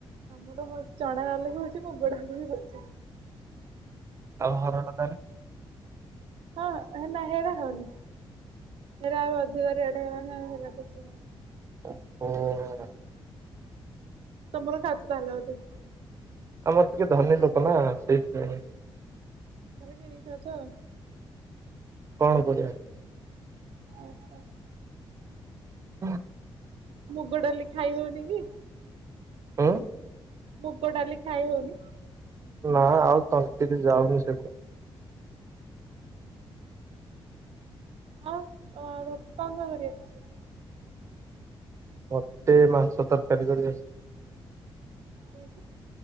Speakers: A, on the right (about 80°); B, on the right (about 35°).
A: ଆମର ହଉଛି ଚଣା ଡାଲି ବି ହଉଛି ମୁଗ ଡାଲି ବି ହଉଛି।
B: ଆଉ ହରଡ ଡାଲି?
A: ହଁ ହେ ନା ହେରା ହଉନି ହେରା ଏବେ ଅଧିକ ରେଟ୍ ହେଇଗଲାଣି ଆଉ ହେରାକୁ କିଣା।
B: ଓ ଓ ଓ
A: ତମର ସାତଟା ହେଲା ବୋଧ
B: ତମର ଟିକେ ଧନୀ ଲୋକ ନା ସେଇଥିପାଇଁ।
A: ତମେ କିଣି ଖାଉଛ।
B: କଣ କରିବା।
A: ଓହୋ।
B: ହୁଁ।
A: ମୁଗଡାଲି ଖାଇ ହଉନି କି?
B: ହୁଁ
A: ମୁଗ ଡାଲି ଖାଇ ହଉନି?
B: ନା ଆଉ ତଣ୍ଟିରେ ଯାଉନି ସେଗୁଡ଼ା।
A: ହଁ କଣ କଣ କରି ଆସିଛି?
B: ମତେ ମାଂସ ତରକାରୀ କରି ଆସେ।
A: କେତି